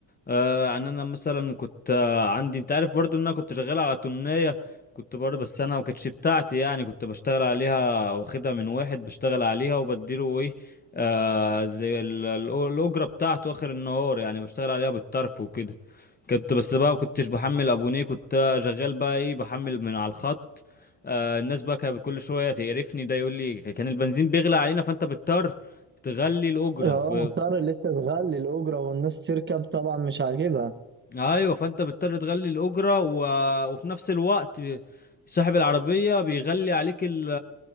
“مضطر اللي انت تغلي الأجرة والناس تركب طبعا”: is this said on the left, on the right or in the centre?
Right